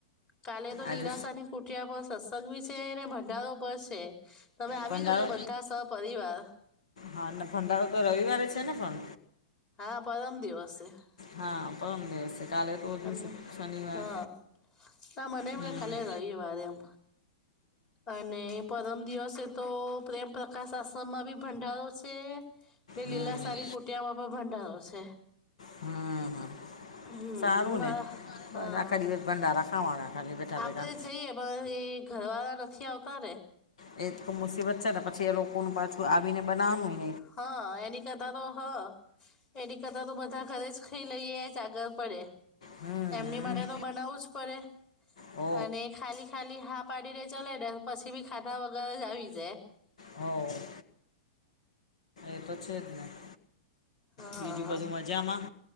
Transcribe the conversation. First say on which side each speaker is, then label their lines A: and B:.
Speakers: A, on the left; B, on the left.
A: કાલે તો
B: આજે
A: લીલાસ અને કુઠ્યા બસ. સત્સંગ બી છે ને ભંડારો પર છે તમે આવી
B: ભંડારો
A: જજો બધા સપિવાર.
B: હા ભડારો તો રવિવારે છે ને પણ.
A: હા પરમ દિવસે છે.
B: હા પણ દિવશે કાલે તો દિવ
A: અને
B: શનિવાર.
A: હા ના મનેમાં
B: હમ
A: કે ખાલે
B: હમ
A: તોવ વાદ એમ અને. પરમ દિવસે તો પ્રેમ પ્રકાશ આશ્રમમાં બી ભંડારો છે. બે
B: હમ હમ
A: લીલાસાની કુટિયામાં પણ ભંડારો છે.
B: હમ હમ
A: હમ
B: સારું
A: મારા
B: ને
A: હા
B: બસ આખા દિવસ ભંડારા ખાવાના ખાલી બેઠા
A: આપે
B: બેઠા
A: જઈએ. પણ એ ઘરવાળા નથી આવતાારે.
B: એ તો મુસીબત છે ને પછી એ લોકો ન પાછું આવીને બનાવાનું.
A: હા એની કતા તો હ. એની કતાા તો બધા ઘરે જ ખઈ લઈએ જ આગળ પડે.
B: હમ હમ
A: એમની માટે તો બનાવું જ પડે.
B: ઓ
A: અને ખાલી ખાલી હા પડીને ચલે પછી બી ખાધા વગર જ આવી જાય.
B: હ. એ તો છે જ ને હ
A: હા
B: બીજું બધું મજામાં.